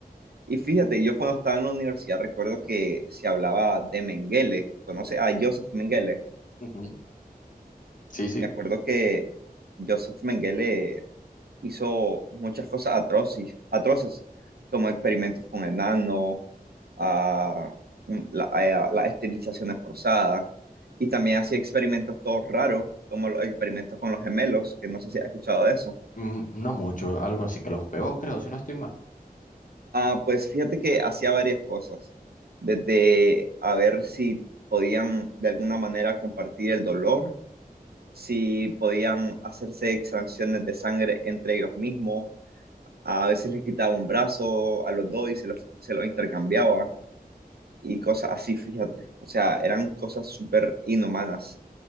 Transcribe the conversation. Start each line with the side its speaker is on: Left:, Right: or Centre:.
Right: Y fíjate, yo cuando estaba en la universidad recuerdo que se hablaba de Mengele, conoce a Joseph Mengele.
Left: Ujú, Sí, sí.
Right: Me acuerdo que Joseph Mengele hizo muchas cosas atroces, atroces, como experimentos con enanos, a un- la- a las esterilizaciones forzadas y también hacía experimentos todos raros, como los experimentos con los gemelos, que no sé si has escuchado de eso.
Left: Mm, no mucho, algo así que los pegó, creo, si no estoy mal.
Right: Ah, pues fíjate que hacía varias cosas, desde a ver si podían de alguna manera compartir el dolor, si podían hacerse extracciones de sangre entre ellos mismos, a veces les quitaba un brazo a los dos y se los, se los intercambiaba y cosas así, fíjate. O sea, eran cosas súper inhumanas,